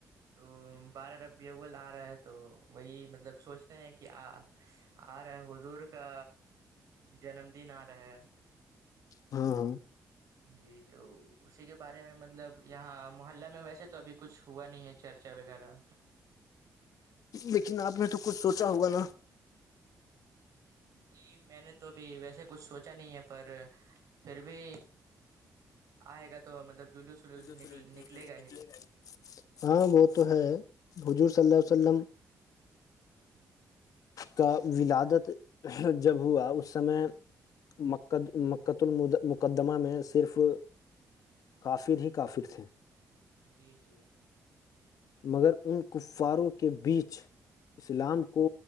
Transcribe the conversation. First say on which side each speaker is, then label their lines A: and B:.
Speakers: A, on the right; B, on the left.
A: تو بارہ ربیول آ رہا ہے تو وہی مطلب سوچ رہ ہیں کہ آ آ رہا ہے حضور کا جنم دن آ رہا ہے
B: ہاں ہاں
A: جی تو اسی کے بارے میں مطلب یہاں محلہ میں ویسے تو ابھی کچھ ہوا نہیں ہے چرچا وغیرہ
B: لیکن آپ نے تو کچھ سوچا ہوگا نا
A: جی میں نے تو ابھی ویسے کچھ سوچا نہیں ہے پر پھر بھی آئے گا تو مطلب جلوس ولوس
B: دوسرے
A: نکل نکلے گا
B: نک
A: ہی
B: لیے ہاں وہ تو ہے حجور صلی اللہ وسلم کا ولادت جب ہوا اس سمے مق مقۃ الم مقدمہ میں صرف کافر ہی کافر تھے
A: جی جی
B: مگر ان کفاروں کے بیچ اسلام
A: ہ
B: کو